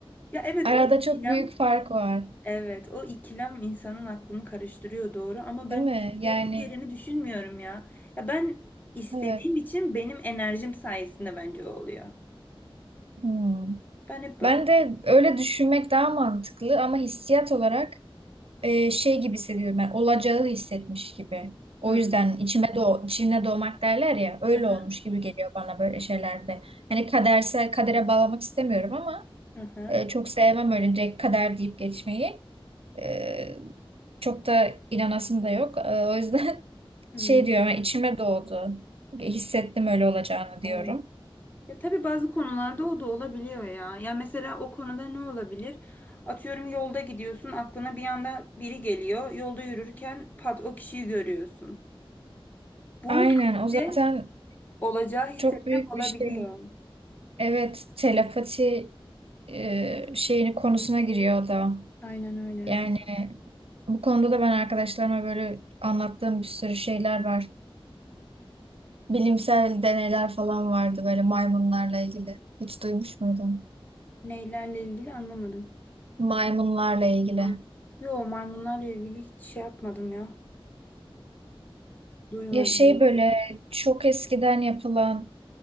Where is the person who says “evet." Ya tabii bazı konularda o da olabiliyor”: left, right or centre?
Left